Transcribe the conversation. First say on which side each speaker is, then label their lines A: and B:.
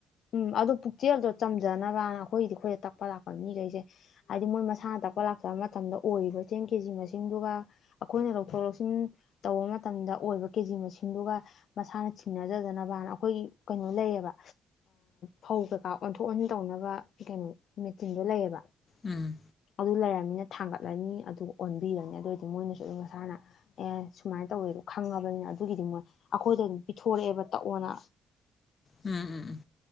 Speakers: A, on the left; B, on the left.
A: ꯎꯝ ꯑꯗꯣ ꯄꯨꯛꯆꯦꯜꯗꯣ ꯆꯝꯖꯅꯕꯅ ꯑꯩꯈꯣꯏꯒꯤꯗꯤ ꯑꯩꯈꯣꯏꯗ ꯇꯛꯄ ꯂꯥꯛꯄ ꯃꯤꯈꯩꯁꯦ ꯍꯥꯏꯗꯤ ꯃꯣꯏ ꯃꯁꯥꯅ ꯇꯛꯄ ꯂꯥꯛꯆꯕ ꯃꯇꯝꯗ ꯑꯣꯏꯔꯤꯕ ꯆꯦꯡ ꯀꯦ ꯖꯤ ꯃꯁꯤꯡꯗꯨꯒ ꯑꯩꯈꯣꯏꯅ ꯂꯧꯊꯣꯛ ꯂꯧꯁꯤꯟ ꯇꯧꯕ ꯃꯇꯝꯗ ꯑꯣꯏꯕ ꯀꯦꯖꯤ ꯃꯁꯤꯡꯗꯨꯒ ꯃꯁꯥꯅ ꯤꯡꯅꯖꯗꯅꯕꯅ ꯑꯩꯈꯣꯏꯒꯤ ꯀꯩꯅꯣ ꯂꯩꯌꯦꯕ ꯐꯧ ꯀꯩꯀꯥ ꯑꯣꯟꯊꯣꯛ ꯑꯣꯟꯁꯤꯟ ꯇꯧꯅꯕ ꯀꯩꯅꯣ ꯃꯦꯆꯤꯟꯗꯣ ꯂꯩꯌꯦꯕ
B: ꯎꯝ
A: ꯑꯗꯨ ꯂꯩꯔꯅꯤꯅ ꯊꯥꯡꯒꯠꯂꯅꯤ ꯑꯗꯨꯒ ꯑꯣꯟꯕꯤꯔꯅꯤ ꯑꯗꯨꯑꯣꯏꯗꯤ ꯃꯣꯏꯅꯁꯨ ꯑꯗꯨꯝ ꯃꯁꯥꯅ ꯑꯦ ꯁꯨꯃꯥꯏꯅ ꯇꯧꯋꯦꯗ ꯈꯪꯉꯕꯅꯤꯅ ꯑꯗꯨꯒꯤꯗꯤ ꯃꯣꯏ ꯑꯩꯈꯣꯏꯗ ꯑꯗꯨꯝ ꯄꯤꯊꯣꯔꯛꯑꯦꯕ ꯇꯛꯑꯣꯅ
B: ꯎꯝ ꯎꯝ